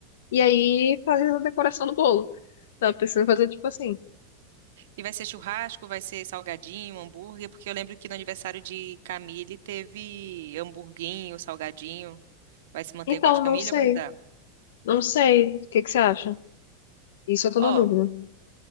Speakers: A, on the left; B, on the right.
A: E aí fazer a decoração do bolo. Tava pensando em fazer tipo assim.
B: E vai ser churrasco, vai ser salgadinho, hambúrguer, porque eu lembro que no aniversário de Camille teve hamburguinho, salgadinho. Vai se manter
A: Então,
B: igual de Camille
A: não sei.
B: ou vai mudar?
A: Não sei. O que que você acha? Isso eu tô
B: Ó,
A: na dúvida.